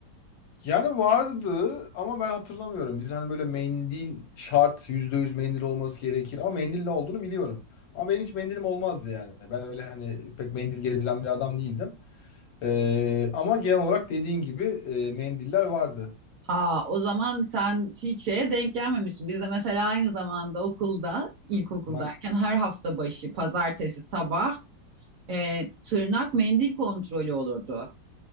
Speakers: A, on the left; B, on the right.
A: Yani vardı ama ben hatırlamıyorum. Biz hani böyle mendil şart %100 mendil olması gerekir ama mendil ne olduğunu biliyorum. Ama benim hiç mendilim olmazdı yani. Ben öyle hani pek mendil gezdiren bir adam değildim. Ee, ama genel olarak dediğin gibi e, mendiller vardı.
B: Aa, o zaman sen hiç şeye denk gelmemişsin. Bizde mesela aynı zamanda okulda, ilkokuldayken
A: Bunlar-
B: her hafta başı pazartesi sabah e, tırnak mendil kontrolü olurdu.